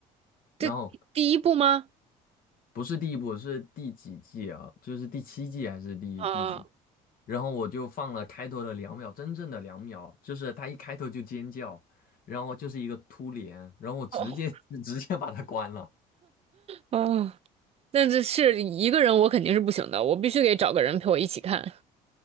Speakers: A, on the left; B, on the right.
A: 然后。
B: 这第一部吗？
A: 不是第一部，是第几季啊？就是第七季还是第第几？
B: 啊
A: 然后我就放了开头的两秒，真正的两秒，就是他一开头就尖叫，然后就是一个突脸，然后我直接
B: 哦
A: <laughs> 直接把它关了。
B: 哦。但这是一个人，我肯定是不行的，我必须得找个人陪我一起看。